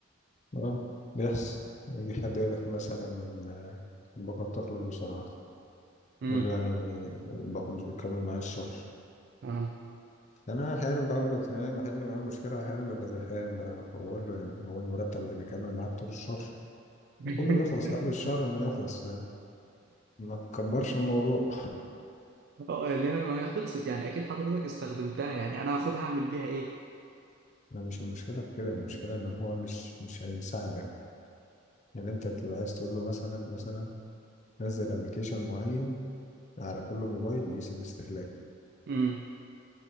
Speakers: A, on the left (about 35°); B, on the right (about 55°).
A: اه بيحصل يجي حد يقول لك مثلا ال- الباقة بتخلص بسرعة
B: امم
A: يقول له يعني الباقة مش بتكمل معايا الشهر
B: اه
A: أنا أحيانا بقول له تمام أحل معايا المشكلة أحيانا ببقى زهقان بقى فبقول له يعني هو المرتب اللي بيكمل معاك طول الشهر
B: <laughs>
A: كله بيخلص قبل الشهر ما يخلص ما تكبرش الموضوع
B: اه اللي هي ما هي خلصت يعني أكيد حضرتك استخدمتها يعني أنا هاخدها أعمل بيها إيه
A: لا مش المشكلة في كده المشكلة ان هو مش مش هيساعدك يعني انت بتبقى عايز تقول له مثلا مثلا نزل ابلكيشن معين على كل موبايل بيقيس الاستهلاك
B: امم